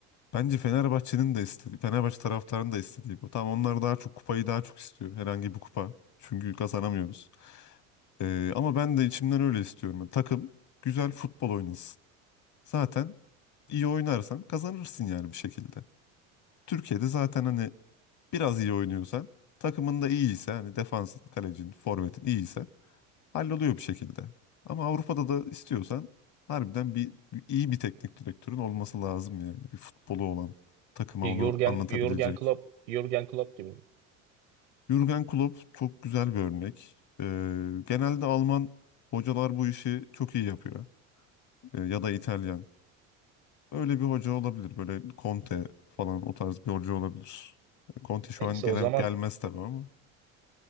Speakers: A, on the left (about 50°); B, on the right (about 85°).
A: Bence Fenerbahçe'nin de istediği, Fenerbahçe taraftarının da istediği bu. Tamam onlar daha çok kupayı daha çok istiyor. Herhangi bir kupa. Çünkü kazanamıyoruz. Ee, ama ben de içimden öyle istiyorum. Yani takım güzel futbol oynasın. Zaten iyi oynarsan kazanırsın yani bir şekilde. Türkiye'de zaten hani biraz iyi oynuyorsan, takımın da iyiyse hani defansın, kalecin, forvetin iyiyse Halloluyor bir şekilde. Ama Avrupa'da da istiyorsan harbiden bir bir- iyi bir teknik direktörün olması lazım yani. Bir futbolu olan takıma
B: Jürgen,
A: onu anlatabilecek.
B: Jürgen Klopp, Jürgen Klopp gibi. mi?
A: Jürgen Klopp çok güzel bir örnek. Ee, genelde Alman hocalar bu işi çok iyi yapıyor. Ee, ya da İtalyan. Öyle bir hoca olabilir. Böyle Conte falan o tarz bir hoca olabilir. Conte şu
B: Neyse
A: an gele-
B: o zaman
A: gelmez tabii ama